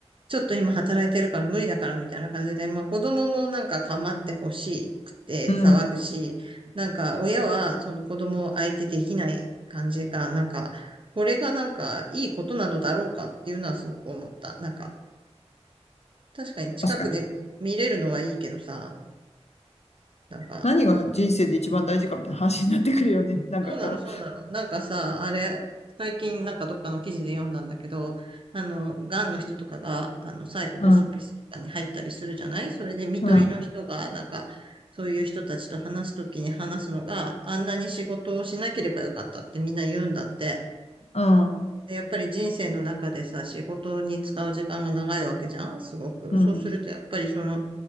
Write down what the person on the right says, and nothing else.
ちょっと今働いてるから無理だからみたいな感じで、まあ子供もなんか構ってほしくて騒ぐし、
なんか親はその子供を相手できない感じが、なんか、これがなんかいいことなのだろうかっていうのはすごく思った。なんか、確かに近くで見れるのはいいけどさ、
なんか
そうなの、そうなの。なんかさ、あれ、最近なんかどっかの記事で読んだんだけど、あの、がんの人とかが、あの、最後ホスピスとかに入ったりするじゃないそれで、
看取りの人が、
なんか、そういう人たちと話すときに話すのが、あんなに仕事をしなければよかったってみんな言うんだって。
で、やっぱり人生の中でさ、仕事に使う時間が長いわけじゃんすごく。
そうすると、やっぱりその、